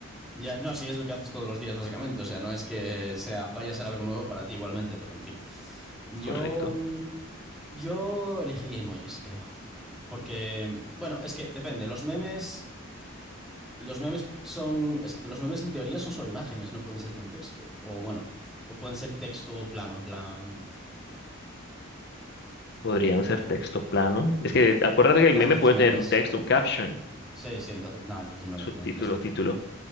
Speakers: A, in the centre; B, on the left.
A: Ya, no, sí, es lo que haces todos los días, básicamente. O sea, no es que sea, vaya a ser algo nuevo para ti igualmente, pero en fin. Yo,
B: ¿correcto?
A: mm, yo elegiría emojis, creo. Porque, bueno, es que depende. Los memes, los memes son, es que los memes en teoría son solo imágenes, no pueden ser con texto. O bueno, o pueden ser texto plano, en plan.
B: Podrían ser texto plano. Es que acuérdate que el
A: Nada,
B: meme
A: entonces
B: puede
A: memes.
B: tener un texto, un caption,
A: Sí, sí, entonces, nada, entonces memes,
B: subtítulo,
A: memes, es cierto.
B: título.